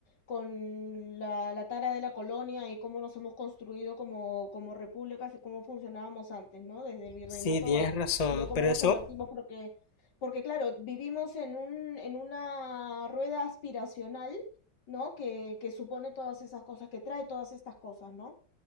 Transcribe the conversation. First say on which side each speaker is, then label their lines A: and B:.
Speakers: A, on the left (about 65°); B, on the left (about 45°).
A: con la, la tara de la colonia y cómo nos hemos construido como, como repúblicas y cómo funcionábamos antes, ¿no? Desde el virreinato
B: Sí, tienes
A: a
B: razón,
A: luego cómo
B: pero
A: nos
B: eso
A: convertimos, porque, porque claro, vivimos en un, en una rueda aspiracional, ¿no? Que, que supone todas esas cosas, que trae todas estas cosas, ¿no?